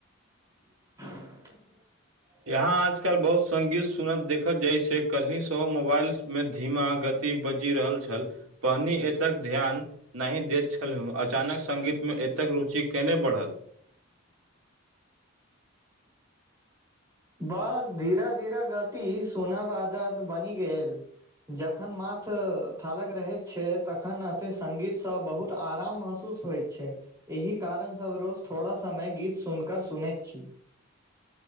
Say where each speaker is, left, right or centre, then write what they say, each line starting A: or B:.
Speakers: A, on the right (about 15°); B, on the right (about 85°).
A: <unintelligible>
B: यहााँ आजकल बहुत संगीत सुनत देखल जाय छै कली स मोबाइल में धीमा गति बजि रहल छल पहिनी एतक ध्यान नहि दैत छलहुँ अचानक सङ्गीतमे एतेक रुचि केने बढ़ल
A: बस धीरे धीरे गति सुनाबादत बनि गेल जखन माथ थालक रहे छै तखन अथ संगगीत से बहुत आराम महसूस होइत छै एहि कारण सब रोज थोड़ा समय गीत सुनकऽ सुनैत छी